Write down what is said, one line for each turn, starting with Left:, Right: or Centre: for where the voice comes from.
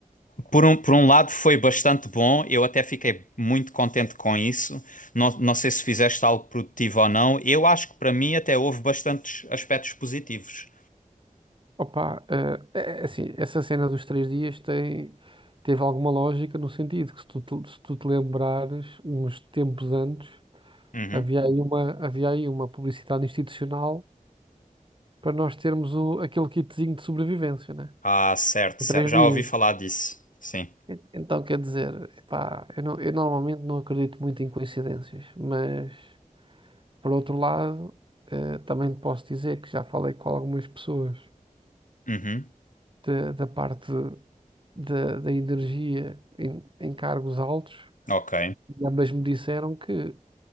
Left: por um, por um lado foi bastante bom, eu até fiquei muito contente com isso. Não, não sei se fizeste algo produtivo ou não. Eu acho que para mim até houve bastantes aspectos positivos.
Right: Opa, eh, é é assim, essa cena dos três dias tem, teve alguma lógica no sentido que se tu, te- se tu te lembrares, uns tempos antes,
Left: Uhum.
Right: havia aí uma, havia aí uma publicidade institucional para nós termos o, aquele kitzinho de sobrevivência, né?
Left: Ah, certo, certo.
Right: Em Três
Left: Já
Right: dias.
Left: ouvi falar disso. Sim.
Right: E- Então quer dizer, epá, eu, não- eu normalmente não acredito muito em coincidências, mas por outro lado, eh, também te posso dizer que já falei com algumas pessoas
Left: Uhum.
Right: da da parte da da energia em, em cargos altos
Left: Ok,
Right: e ambas me disseram que